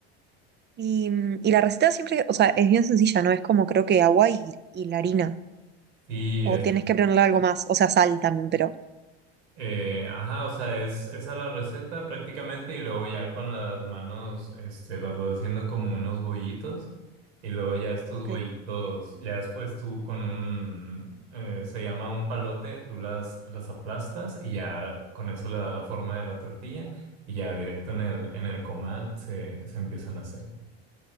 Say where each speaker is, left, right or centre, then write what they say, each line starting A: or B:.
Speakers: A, on the right (about 35°); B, on the right (about 85°).
A: Y, mm, y la receta siempre, o sea, es bien sencilla, ¿no? Es como creo que agua y, y la harina.
B: Sí,
A: O
B: este,
A: tienes que ponerle algo más, o sea, sal también, pero...
B: eh, ajá, o sea, es esa la receta prácticamente y luego ya con las manos, este, las vas haciendo como unos bollitos y luego ya estos
A: Ok.
B: bollitos, ya después tú con un, eh, se llama un palote, tú las, las aplastas y ya con eso le da la forma de la tortilla y ya directo en el, en el comal se, se empiezan a hacer.